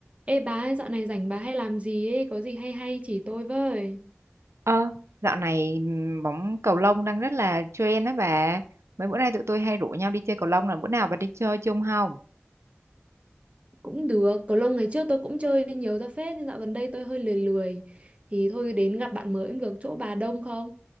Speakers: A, on the right (about 30°); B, on the right (about 75°).
A: Ê bà ơi, dạo này rảnh bà hay làm gì ấy, có gì hay hay chỉ tôi với.
B: Ờ, dạo này ừm, bóng cầu lông đang rất là trend đó bà. Mấy bữa nay tụi tôi hay rủ nhau đi chơi cầu lông là bữa nào bà đi chơi chung không?
A: Cũng được, cầu lông ngày trước tôi cũng chơi nhiều ra phết, nhưng dạo gần đây tôi hơi lười lười. Thì thôi đến gặp bạn mới cũng được, chỗ bà đông không?